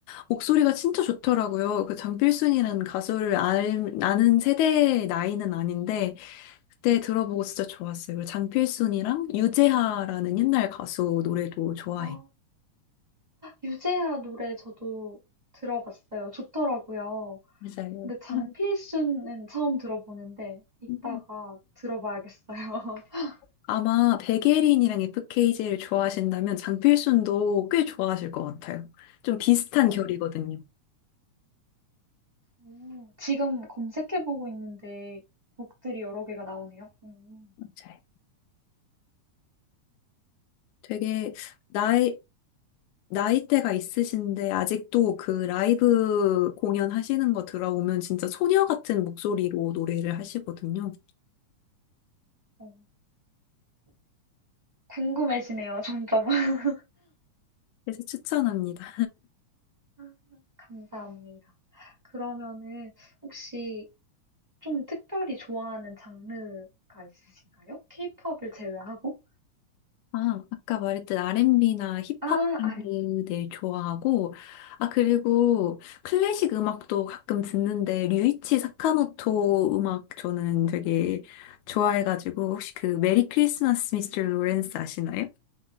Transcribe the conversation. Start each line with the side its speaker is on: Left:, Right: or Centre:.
Left: 목소리가 진짜 좋더라고요. 그 장필순이라는 가수를 알, 아는 세대의 나이는 아닌데, 그때 들어보고 진짜 좋았어요. 그리고 장필순이랑 유재하라는 옛날 가수 노래도 좋아해.
Right: 아, 유재하 노래 저도 들어봤어요. 좋더라고요.
Left: 맞아요.
Right: 근데 장필순은
Left: <laughs> 아,
Right: 처음 들어보는데, 이따가
Left: 음.
Right: 들어봐야겠어요. <laughs>
Left: 아마 백예린이랑 FKJ를 좋아하신다면 장필순도 꽤 좋아하실 것 같아요. 좀 비슷한
Right: 어,
Left: 결이거든요.
Right: 음, 지금 검색해보고 있는데 곡들이 여러 개가 나오네요. 음,
Left: 맞아요. 되게 나의 나이대가 있으신데 아직도 그 라이브 공연 하시는 거 들어보면 진짜 소녀 같은 목소리로 노래를 하시거든요.
Right: 어, 궁금해지네요, 점점. <laughs>
Left: 그래서 추천합니다.
Right: 아, 감사합니다. 그러면은 혹시 좀 특별히 좋아하는 장르가 있으신가요? 케이팝을 제외하고?
Left: 아, 아까 말했던 R&B나 힙합
Right: 아, R&B.
Left: 들 좋아하고, 아, 그리고 클래식 음악도 가끔 듣는데, 류이치 사카모토 음악 저는 되게 좋아해가지고, 혹시 그 메리 크리스마스 미스터 로렌스 아시나요?